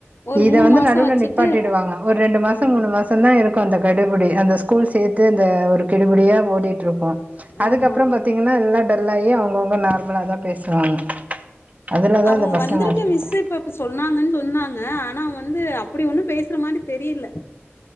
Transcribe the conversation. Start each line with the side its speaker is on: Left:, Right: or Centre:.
Left: ஒரு
Right: இத
Left: மூணு
Right: வந்து
Left: மாசோ
Right: நடுவுல
Left: வச்சுட்டு
Right: நிப்பாட்டிடுவாங்க ஒர் ரெண்டு மாசோ
Left: ஆமா
Right: மூணு மாசோ ட்டுந்தா இருக்கும் அந்த கடுபுடி அந்த ஸ்கூல் சேத்து இந்த ஒரு கெடுபுடியா ஓடிட்ருக்கும் அதுக்கப்றோ
Left: ஆமா
Right: பாத்திங்கன்னா எல்லா டல்லாயி அவுங்கவுங்க நார்மலா தா பேசுவாங்க அதுலதா
Left: அவுங்க
Right: இந்த பசங்க
Left: வந்ருக்க
Right: அஃபெக்ட்
Left: மிஸ் இப்பப் இப்ப சொன்னாங்கன் சொன்னாங்க ஆனா வந்து அப்புடி ஒன்னு பேசுற மாரி தெரியில